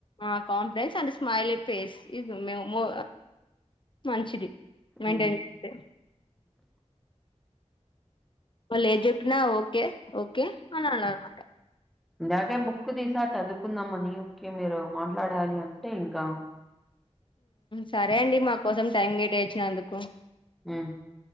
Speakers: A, on the left (about 45°); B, in the centre.
A: ఆ కాంప్లెన్స్ అండ్ స్మైల్ ఫేస్ ఇది మేము మంచిది మెయింటైన్
B: ఉమ్
A: చేస్తే మళ్ళ ఏం జెపిన ఓకే ఓకే అన అనలనమాట
B: ఇందాకే బుక్ తీసా చదువుకుందాంమని ఓకే మీరు మాట్లాడాలి అంటే ఇంకా
A: సరే అండి మా కోసం టైం కేటా ఇచ్చినందుకు
B: ఆమ్